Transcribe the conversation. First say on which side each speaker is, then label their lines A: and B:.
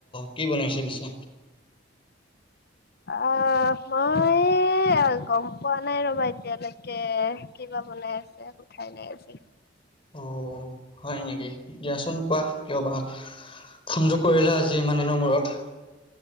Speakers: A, on the left; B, on the left.
A: কি বনাইছে পিছে
B: অ মই গম পোৱা নাই ৰবা এতিয়ালৈকে কিবা বনাই আছে উঠাই নাই আছে
A: অ হয় নেকি দিয়াচোন কোৱা কিয় বা ফোনটো কৰিলে আজি ইমান দিনৰ মূৰত <inaudible>